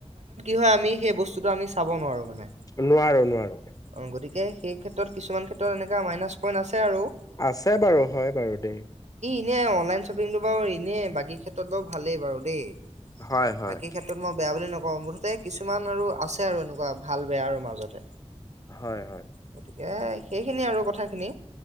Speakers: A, on the right (about 75°); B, on the left (about 30°).
A: হয় আমি সেই বস্তুটো আমি চাব নোৱাৰো মানে।
B: নোৱাৰো নোৱাৰো।
A: অ গতিকে সেই ক্ষেত্ৰত কিছুমান ক্ষেত্ৰত এনেকা মাইনাছ পইণ্ট আছে। আৰু
B: আছে বাৰু হয় বাৰু দেই।
A: এনেই অনলাইন শ্বপিংটো বাৰু এনেই বাকী ক্ষেত্ৰত বাৰু ভালেই বাৰু দেই
B: হয় হয়
A: বাকী ক্ষেত্ৰত মই বেয়া বুলি নকওঁ মুঠতে কিছুমান আৰু আছে আৰু এনেকুৱা। ভাল বেয়া আৰু মাজতে
B: হয় হয়
A: গতিকে সেইখিনিয়ে আৰু কথাখিনি।